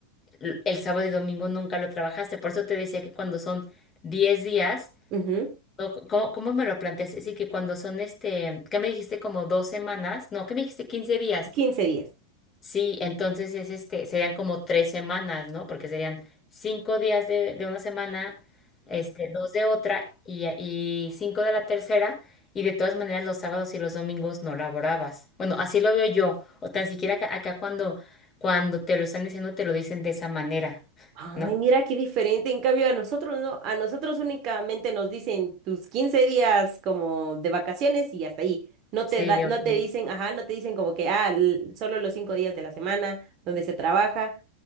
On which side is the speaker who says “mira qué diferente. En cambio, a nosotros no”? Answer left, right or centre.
Right